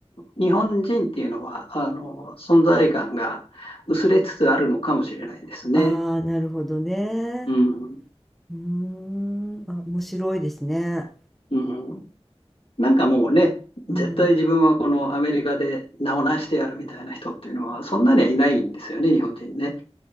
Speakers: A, on the left; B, in the centre.
A: 日本人っていうのはあの存在感が薄れつつあるのかもしれないですね。
B: ああ、なるほどね。
A: うん、
B: うーん、あ、面白いですね。
A: うん、なんかもうね、絶対自分はこのアメリカで名を成してやるみたいな人っていうのは、
B: うん。
A: そんなにはいないんですよね、日本人ね。